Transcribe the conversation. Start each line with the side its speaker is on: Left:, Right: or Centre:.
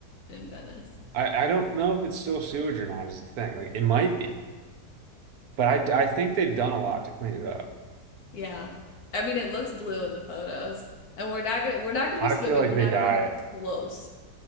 Left: in Venice.
Right: I, I don't know if it's still sewage or not is the thing. Like it might be, but I I think they've done a lot to clean it up.
Left: Yeah. I mean, it looks blue in the photos, and we're not gonna we're not gonna
Right: I
Left: be swimming.
Right: feel like
Left: We're
Right: they
Left: not
Right: dye
Left: even gonna be
Right: it.
Left: close.